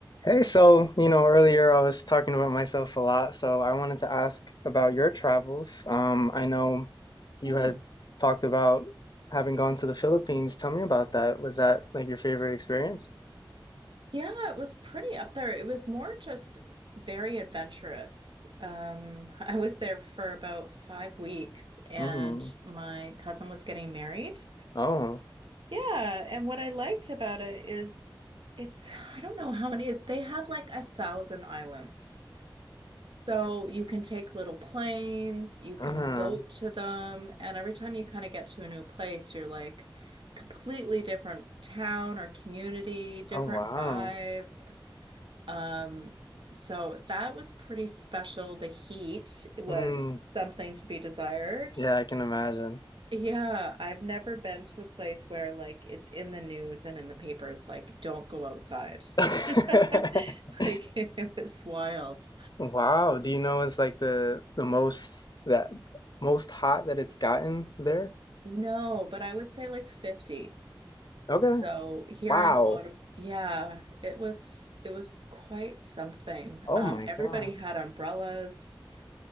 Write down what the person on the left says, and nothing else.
Hey, so, you know, earlier I was talking about myself a lot, so I wanted to ask about your travels. Um, I know you
had talked about having gone to the Philippines. Tell me about that. Was that like your favorite experience?
Mm-hmm.
Oh. <laughs>
Uh-huh.
Oh, wow.
Mm.
Yeah, I can imagine.
<laughs>
Wow. Do you know it's like the the most that most hot that it's gotten there?
Okay.
Wow.
Oh
my God.